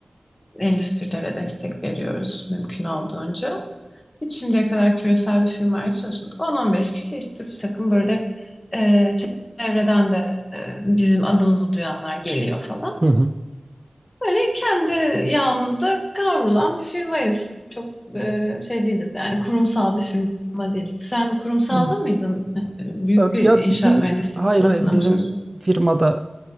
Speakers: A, on the left; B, on the right.
A: endüstrilere destek veriyoruz mümkün olduğunca. Hiç şimdiye kadar küresel bir firmayla çalışmadık. 10 beş kişi işte bir takım böyle e, çevreden de e, bizim adımızı duyanlar geliyor falan.
B: Hı
A: Böyle kendi yağımızda kavrulan bir firmayız. Çok e, şey değiliz yani kurumsal bir firma değiliz. Sen kurumsalda
B: hı.
A: mıydın? E, Büyük
B: E,
A: bir
B: Ya
A: inşaat
B: bizim
A: mühendisliği
B: hayır
A: firmasında
B: hayır bizim
A: mı çalışıyorsun
B: firmada